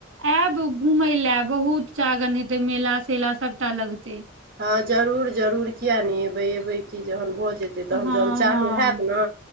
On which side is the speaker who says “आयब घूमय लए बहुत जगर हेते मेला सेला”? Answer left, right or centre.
Right